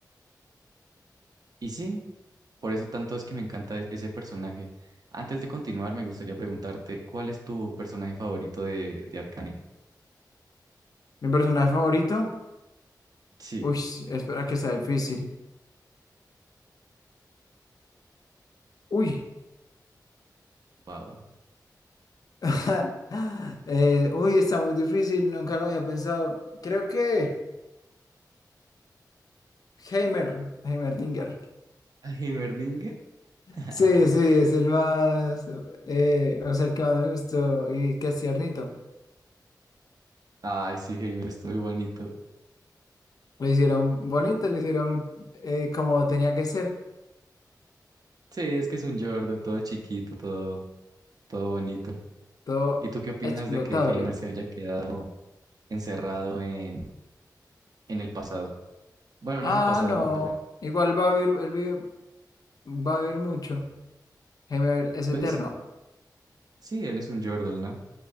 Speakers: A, on the right; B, on the left.
A: Y sí, por eso tanto es que me encanta e- ese personaje. Antes de continuar, me gustaría preguntarte, ¿cuál es tu personaje favorito de, de Arcane?
B: Mi personaje favorito.
A: Sí,
B: Uy, espera que sea difícil. Uy.
A: wow.
B: <laughs> Eh, uy, está muy difícil. Nunca lo había pensado. Creo que Heimer. Heimerdinger.
A: ¿A ¿Heimerdinger? <laughs>
B: Sí, sí, es el más. eh, o sea, el que más me gustó. Y que es tiernito.
A: Ay, sí, Heimer es muy bonito.
B: Lo hicieron bonito, lo hicieron eh, como tenía que ser.
A: Sí, es que es un Jordan todo chiquito, todo. todo bonito.
B: Todo
A: ¿Y tú qué opinas
B: explotable.
A: de que Heimer se haya quedado encerrado en, en el pasado? Bueno,
B: Ah,
A: no en el pasado,
B: no.
A: ¿no? Pero
B: Igual va a vivir, él vive- va a vivir mucho. Heimer es eterno.
A: pues sí, sí, él es un Yordle, ¿no?